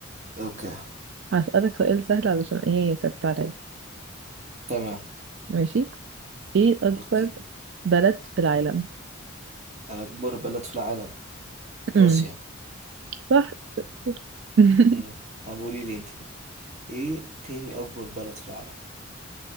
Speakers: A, on the right; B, on the right.
A: أوكي
B: هسألك سؤال سهل علشان إيه ثابت عليا
A: تمام
B: ماشي إيه أكبر
A: أوكي
B: بلد في العالم؟
A: أكبر بلد في العالم
B: امم
A: روسيا
B: صح <laughs>
A: مم. طب قولي لي أنت بقى إيه تاني أكبر بلد في العالم